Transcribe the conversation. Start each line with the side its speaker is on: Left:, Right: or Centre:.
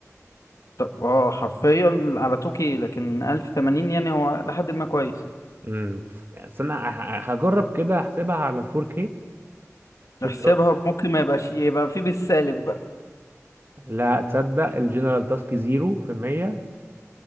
Left: طب اه حرفيا على 2K لكن 1080 يعني هو لحد ما كويس
Right: امم بس انا ه- هجرب كده احسبها على ال 4K شوف
Left: احسبها ممكن ما يبقاش يبقى فيه بالسالب بقى
Right: لا تصدق الجنرال تاسك 0%